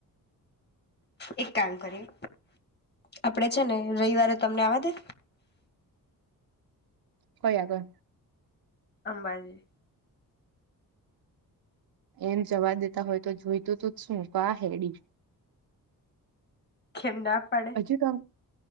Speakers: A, on the left; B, on the right.
A: એક કામ કરી આપડે છે ને રવિવારે તમને આવવા દે
B: કોઈ આગર
A: અંબાજી
B: એમ જવા દેતા હોય તો જોઈતું તું જ શું બા હેડી
A: કેમ ના પડે
B: હજુ તો